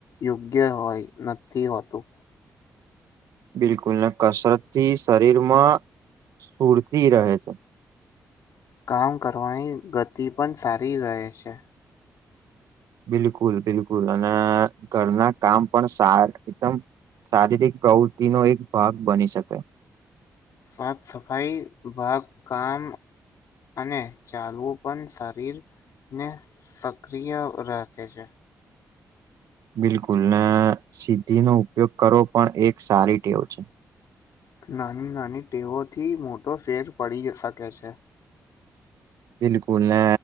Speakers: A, on the left; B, on the right.
A: યોગ્ય હોય, નથી હોતું.
B: બિલકુલ ને કસરતથી શરીરમાં સ્ફૂર્તિ રહે છે.
A: કામ કરવાની ગતિ પણ સારી રહે છે.
B: બિલકુલ બિલકુલ અને ઘરના કામ પણ સાર એકદમ શારીરક પ્રવૃતિનો એક ભાગ બની શકે.
A: સાફ સફાઈ ભાગ કામ અને ચાલવું પણ શરીર ને સક્રિય રાખે છે.
B: બિલકુલ ને સિદ્ધિનો ઉપયોગ કરવો પણ એક સારી ટેવ છે.
A: નાની નાની ટેવોથી મોટો ફેર પડી શકે છે.
B: બિલકુલ ને